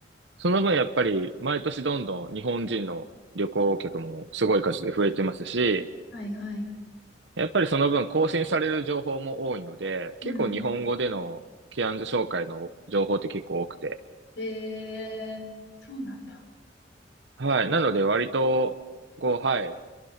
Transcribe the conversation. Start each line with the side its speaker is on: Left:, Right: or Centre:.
Right: その分やっぱり毎年どんどん日本人の旅行客もすごい数で増えてますし、
Left: はいはい。
Right: やっぱりその分更新される情報も多いので、結構日本語でのケアンズ紹介の情報って結構多くて。
Left: うんえー、そうなんだ。
Right: はい。なので割と、こう、はい。